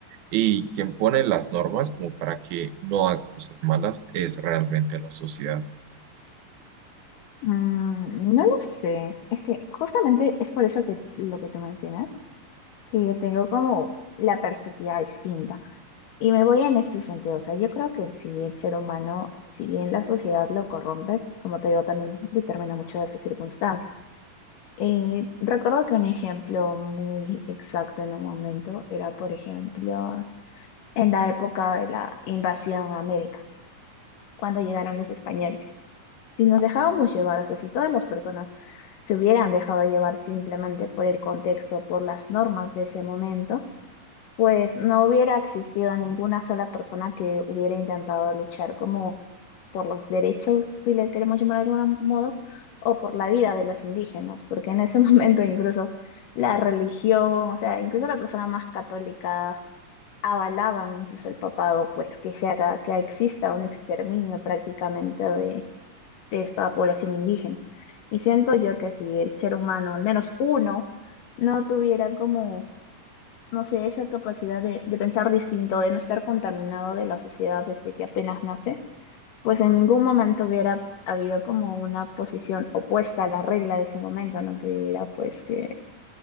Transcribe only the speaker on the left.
Mm, no lo sé, es que justamente es por eso que lo que tú mencionas, que yo tengo como la perspectiva distinta y me voy en este sentido, o sea, yo creo que si el ser humano, si bien la sociedad lo corrompe, como te digo, también determina mucho de sus circunstancias. Eh, recuerdo que un ejemplo muy exacto en un momento era, por ejemplo, en la época de la invasión a América, cuando llegaron los españoles. Si nos dejábamos llevar, o sea, si todas las personas se hubieran dejado llevar simplemente por el contexto, por las normas de ese momento, pues no hubiera existido ninguna sola persona que hubiera intentado luchar como por los derechos, si le queremos llamar de algún modo, o por la vida de los indígenas, porque en ese <laughs> momento incluso la religión, o sea, incluso la persona más católica avalaban incluso el papado, pues que se haga, que exista un exterminio prácticamente de, de esta población indígena. Y siento yo que si el ser humano, al menos uno, no tuviera como, no sé, esa capacidad de, de pensar distinto, de no estar contaminado de la sociedad desde que apenas nace, pues en ningún momento hubiera habido como una posición opuesta a la regla de ese momento, ¿no? Que era pues que